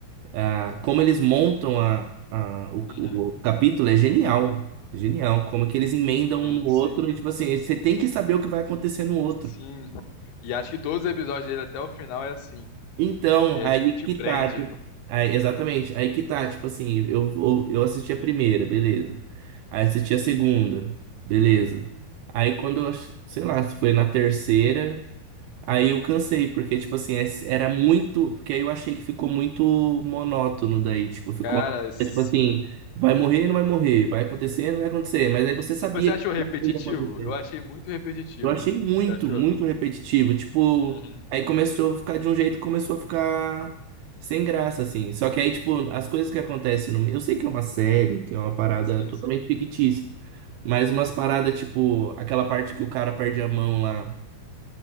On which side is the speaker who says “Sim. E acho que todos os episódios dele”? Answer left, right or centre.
Left